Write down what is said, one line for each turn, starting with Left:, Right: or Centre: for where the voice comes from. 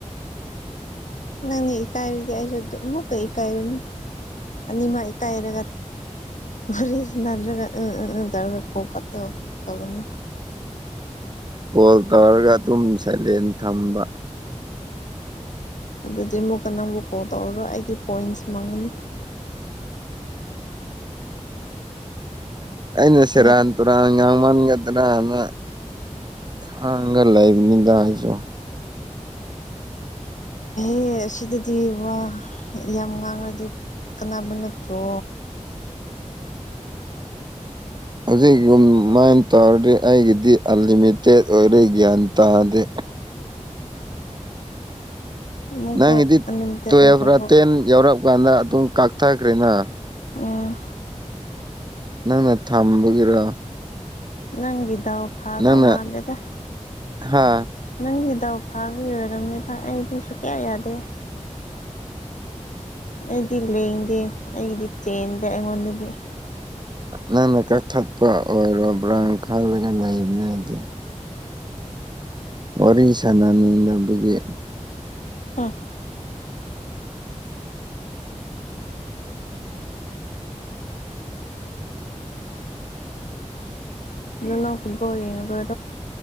Left: ꯅꯪ ꯀꯥꯏꯔꯗꯤ ꯃꯨꯛ ꯀꯥꯏꯔꯅꯤ ꯅꯤꯡꯃ ꯀꯥꯏꯔꯒ ꯋꯥꯔꯤ ꯁꯤꯟꯅꯗꯔꯒ ꯎꯊꯧꯔꯒ ꯀꯣꯛ ꯈꯣꯠꯇ ꯇꯧꯒꯅꯤ
Right: ꯀꯣꯜ ꯇꯧꯔꯒ ꯑꯗꯨꯝ ꯁꯥꯏꯂꯦꯟ ꯊꯝꯕ
Left: ꯑꯗꯨꯗꯤ ꯑꯃꯨꯛꯀ ꯅꯪꯕꯨ ꯀꯣꯜ ꯇꯧꯔꯔꯣ ꯑꯩꯒꯤ ꯄꯣꯏꯟꯁ ꯃꯥꯡꯉꯅꯤ
Right: ꯑꯩꯅ ꯁꯔꯥꯟ
Left: ꯅꯠ
Right: ꯇꯨꯔꯥꯟ ꯉꯥꯡꯃꯟꯒꯗ꯭ꯔꯥꯅ ꯍꯥꯡꯒ ꯂꯩꯕꯅꯤꯗ ꯑꯩꯁꯨ
Left: ꯑꯦ ꯑꯁꯤꯗꯗꯤ ꯋꯥ ꯌꯥꯝ ꯉꯥꯡꯉꯗꯤ ꯀꯅꯥꯅꯕ ꯅꯠꯇ꯭ꯔꯣ
Right: ꯍꯧꯖꯤꯛ ꯌ ꯃꯥꯏꯅ ꯇꯧꯔꯗꯤ ꯑꯩꯒꯤꯗꯤ ꯑꯟꯂꯤꯃꯤꯇꯦꯠ ꯑꯣꯏꯔꯦ ꯒ꯭ꯌꯥꯟ ꯇꯥꯗꯦ
Left: ꯑꯃꯨꯛꯀ
Right: ꯅꯪꯒꯤꯗꯤ
Left: ꯑꯟꯂꯤꯃꯤꯇꯦꯠ
Right: ꯇꯨꯌꯦꯦꯜꯐ
Left: ꯑꯣꯏꯈ꯭ꯔꯕꯣ
Right: ꯇꯦꯟ ꯌꯥꯎꯔꯛꯑ ꯀꯥꯟꯗ ꯑꯗꯨꯝ ꯀꯛꯊꯈ꯭ꯔꯦꯅ
Left: ꯎꯝ
Right: ꯅꯪꯅ ꯊꯝꯕꯒꯤꯔꯣ
Left: ꯅꯪꯗꯕ ꯐꯥꯗꯎ
Right: ꯅꯪꯅ
Left: ꯃꯥꯔꯂꯗ
Right: ꯍꯥ
Left: ꯅꯪꯒꯤ ꯗꯥꯎ ꯐꯥꯕ ꯑꯣꯏꯔꯕꯅꯦꯕ ꯑꯩꯗꯤ ꯁꯨ ꯀꯌꯥ ꯌꯥꯗꯦ ꯑꯩꯗꯤ ꯂꯦꯡꯗꯦ ꯑꯩꯒꯤꯗꯤ ꯆꯦꯟꯗꯦ ꯑꯩꯉꯣꯟꯗꯨꯗꯒꯤ
Right: ꯅꯟꯅ ꯀꯛꯊꯠꯄ ꯑꯣꯏꯔꯣ ꯕ꯭ꯔꯥꯎꯟ ꯈꯥꯜꯂꯒ ꯂꯩꯕꯅꯦꯗꯤ ꯋꯥꯔꯤ ꯁꯅꯅꯤꯡꯅꯕꯒꯤ
Left: ꯍꯝ ꯖꯅ ꯐꯨꯠꯕꯣ ꯍꯦꯒꯣ